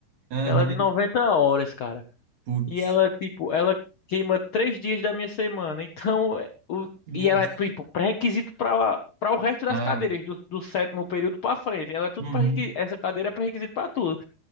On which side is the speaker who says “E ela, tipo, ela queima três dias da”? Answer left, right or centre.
Left